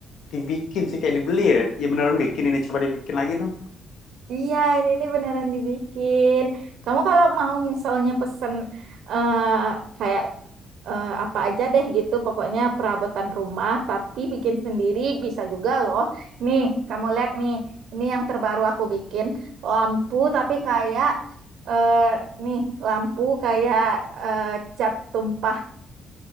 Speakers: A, on the left (about 65°); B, on the right (about 75°).
A: dibikin sih kayak dibeli ya. Ya beneran bikin ini coba dibikin lagi dong.
B: Iya, ini, ini beneran dibikin. Kamu kalau mau misalnya pesen eh, kayak eh, apa aja deh gitu, pokoknya perabotan rumah, tapi bikin sendiri bisa juga loh. Nih, kamu lihat nih, ini yang terbaru aku bikin lampu, tapi kayak eh, nih lampu kayak eh, cat tumpah.